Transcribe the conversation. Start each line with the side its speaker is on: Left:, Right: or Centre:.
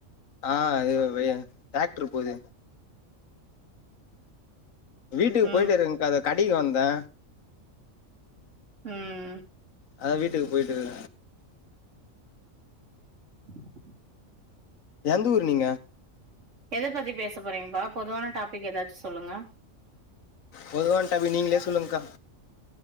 Left: ஆ அது <unintelligible> டேக் ட்ரு போது வீட்டுக்கு
Right: ம்
Left: போயிட்டே இருக்கங்க்கா அது கடக்கி வந்தே
Right: ம்
Left: அதா வீட்டுக்கு போயிட்ருக்கே.
Right: <unintelligible>
Left: எந்த ஊர் நீங்க?
Right: எத பத்தி பேச போறீங்கப்பா பொதுவான டாபிக் ஏதாச்சு சொல்லுங்க.
Left: பொதுவான டாபிக் நீங்களே சொல்லுங்க்கா.